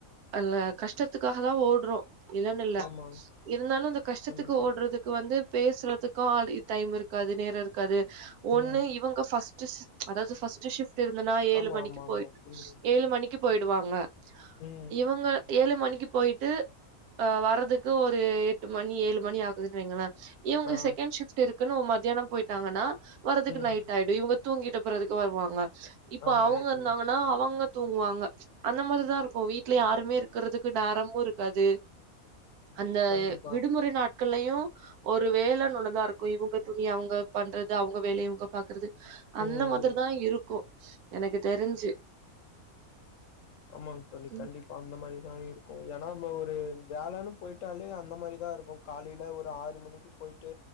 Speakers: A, on the right; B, on the left.
A: அல கஷ்டத்துக்காகதா ஓடுறோ இல்லன்னு இல்ல
B: ஆமா
A: இருந்தாலு அந்த கஷ்டத்துக்கு
B: கண்டிப்பா
A: ஓடுறது வந்து பேசுறதுக்கு ஆள் டைம் இருக்காது நேரோ இருக்காது ஒண்ணு
B: ம்
A: இவுங்க ஃபர்ஸ்ட் அதாவது ஃபர்ஸ்ட் ஷிப்ட் இருந்தா ஏழு
B: ஆமா
A: மணிக்கு
B: ஆமா ஆமா
A: போயி
B: புரியுது
A: ஏழு மணிக்கு போயிடுவாங்க
B: ம்
A: இவுங்க ஏழு மணிக்கு போயிட்டு அ வர்றதுக்கு ஒரு எட்டு மணி ஏழு மணி ஆகுதுன்னு வைங்ள இவுங்க
B: ஆ
A: செகண்ட் ஷிஃப்ட் இருக்குன்னு மத்தியானம் போயிட்டாங்கனா வரதுக்கு
B: ம்
A: நைட் ஆயிடு இவுங்க தூங்கட்டு போறதுக்கு வருவாங்க இப்ப
B: ஆமாங்க
A: அவுங்க
B: தோழி
A: இருந்தாங்க அவுங்க தூங்குவாங்க அந்த மார்தா இருக்கு வீட்ல யாருமே இருக்கிறது க் நேரமு இருக்காது அந்த
B: கண்டிப்பா
A: விடுமுறை நாட் க்கள்ளையு ஒரு வேலனு ஒன்னுதா இருக்கு இவுங்க துணி அவுங்க பண்றது அவுங்க வேலய இவங்க பாக்கறது அந்த
B: ம்
A: மாதிரி தா இருக்கு எனக்கு தெரிஞ்சு
B: ஆமாங் தோழி
A: ம்.
B: கண்டிப்பா அந்த மாரிதா இருக் ஏனா நம்ம ஒரு வேலன்னு போயிட்டாலே அந்த மாரிதா இருக்கு காலைல ஒரு ஆறு மணிக்கு போயிட்டு